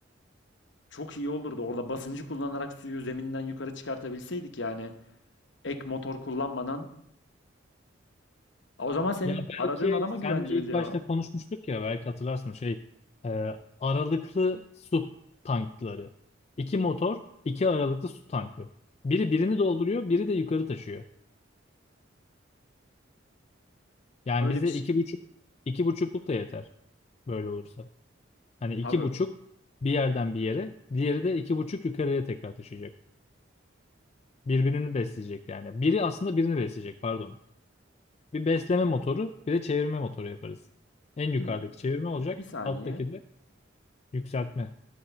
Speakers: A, on the left; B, on the left.
A: Çok iyi olurdu orada basıncı kullanarak suyu zeminden yukarı çıkartabilseydik yani ek motor kullanmadan O zaman senin
B: Ya
A: aradığın
B: belki
A: adama
B: senle
A: güveneceğiz
B: ilk
A: ya.
B: başta konuşmuştuk ya belki hatırlarsın şey e, aralıklı su tankları. İki motor, iki aralıklı su tankı. Biri birini dolduruyor, biri de yukarı taşıyor. Yani
A: Öyle
B: bize
A: bir şey.
B: iki buçuk, iki buçukluk da yeter böyle olursa. Hani iki
A: Abi
B: buçuk bir yerden bir yere, diğeri de iki buçuk yukarıya tekrar taşıyacak. Birbirini besleyecek yani. Biri aslında birini besleyecek pardon. Bir besleme motoru, bir de çevirme motoru yaparız. En yukarıdaki
A: şimdi
B: çevirme olacak,
A: bir saniye.
B: alttaki de yükseltme.